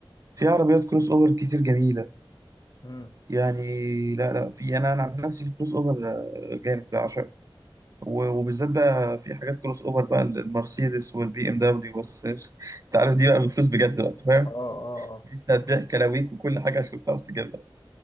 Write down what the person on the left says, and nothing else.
امم
اه اه اه